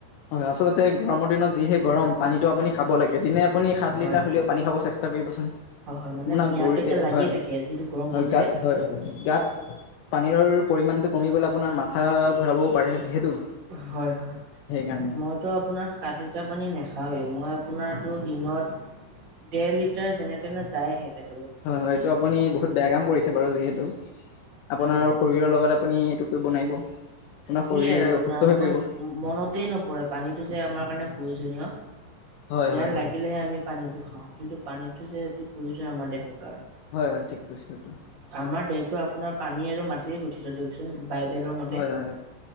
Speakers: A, on the left; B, on the right.
A: হয়, আচলতে গৰমৰ দিনত যিহে গৰম পানীটো আপুনি খাব লাগে দিনে আপুনি সাত
B: হয়
A: লিটাৰ হ'লেও পানী খাব চেষ্টা কৰিব চোন,
B: হয় হয় মানে
A: আপোনাৰ
B: পিয়াহটো
A: <unintelligible>
B: এতিয়া লাগিয়ে
A: হয়।
B: থাকে যিটো গৰম
A: হয়,
B: পৰিছে
A: গাত হয় হয় গাত পানীৰৰ পৰিমাণটো কমি গ'লে আপোনাৰ মাথা ঘূৰাবও পাৰে। যিহেতু
B: হয়।
A: সেইকাৰণে।
B: মইতো আপোনাৰ সাত লিটাৰ পানী নাখাওঁয়ে মই আপোনাৰতো দিনত দেৰ লিটাৰ যেনে তেনে যায়হে পেটত
A: হয়, হয়, এইটো আপুনি বহুত বেয়া কাম কৰিছে বাৰু যিহেতু। আপোনাৰ
B: হয়,
A: শৰীৰৰ লগত আপুনি সেইটো কৰিব নোৱাৰিব আপোনাৰ
B: কি
A: শৰীৰৰ
B: আৰু আপোনাৰ
A: অসুস্থ
B: মানে
A: হৈ পৰিব।
B: মনতেই নপৰে পানীটো যে আমাৰ কাৰণে প্ৰয়োজনীয়,
A: হয়
B: পিয়াহ
A: হয় হয়
B: লাগিলেহে আমি পানীটো খাওঁ, কিন্তু পানীটো যে অতি প্ৰয়োজন আমাৰ দেহৰ কাৰণে।
A: হয়, হয়, ঠিক কৈছে এইটো।
B: আমাৰ দেহটো আপোনাৰ পানী আৰু মাটিৰে গঠিত দিয়কচোন বাইবেলৰ মতে।
A: হয় হয় হয়